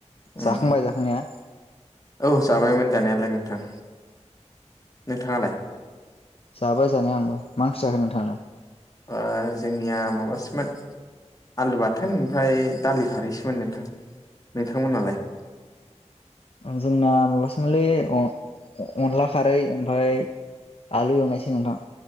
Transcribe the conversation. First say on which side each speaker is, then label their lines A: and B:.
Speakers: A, on the left; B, on the left.
A: उम
B: जाखांबाय जाखांनाया।
A: औ जाबायमोन जानायालाय नोंथां नोंथांआलाय
B: जाबाय जानाया आंबो मा ओंख्रि जाखो नोंथांआलाय?
A: ओ जोंनिआ माबासोमोन आलु बाथोन आमफ्राय दालि खारहैसोमोन नोंथां नोंथांमोनालाय
B: उम जोंना माबासो मोनलै आं उम अनला खारै आमफाय आलु एवनायसो नोंथां